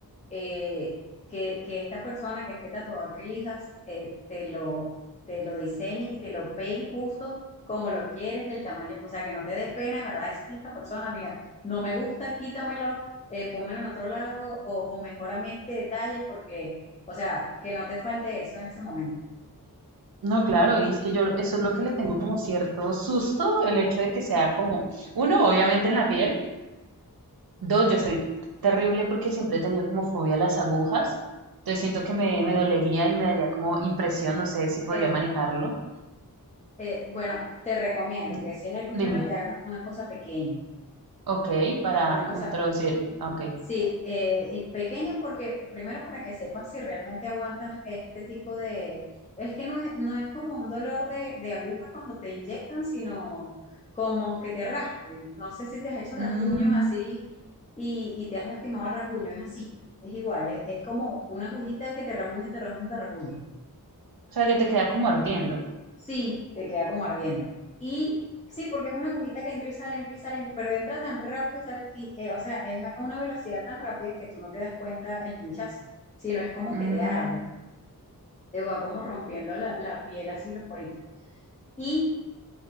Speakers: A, on the left (about 20°); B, on the right (about 70°).
A: eh, que, que esta persona, que este tatuador que elijas, eh, te lo, te lo diseñe y te lo pegue justo como lo quieres, del tamaño, o sea, que no te dé pena, de verdad, decirle a esta persona, mira, no me gusta, quítamelo, eh, pónmelo en otro lado, o, o mejórame este detalle, porque, o sea, que no te falte eso en ese momento.
B: No, claro, y es que yo eso es lo que le tengo como cierto susto, el hecho de que sea como, uno, obviamente en la piel, dos, yo soy terrible porque siempre he tenido como fobia a las agujas, entonces siento que me, me dolería y me daría como impresión, no sé si podría
A: Eh,
B: manejarlo.
A: eh, bueno, te recomiendo
B: Di-
A: que si es el primero,
B: dime,
A: te hagas una cosa pequeña,
B: ok, para
A: hazte una
B: como
A: cosa
B: introducirme, ok.
A: Sí, eh, y pequeña porque, primero para que sepas si realmente aguantas este tipo de... Es que no es, no es como un dolor de, de aguja cuando te inyectan, sino como que te raspen. No sé si te has hecho rasguños
B: Mm,
A: así
B: o
A: y, y te has lastimado el rasguño, es así, es igual, es, es como una agujita que te rasguña, te rasguña, te rasguña.
B: sea, que te queda como ardiendo.
A: Sí, te queda como ardiendo. Y sí, porque es una agujita que entra y sale, entra y sale, pero entra tan rápido y sale, y, eh, o sea, es a una velocidad tan rápida que tú no te das cuenta el pinchazo, sino es como
B: Mm,
A: que te arde, te va como rompiendo la, la piel así los poritos. Y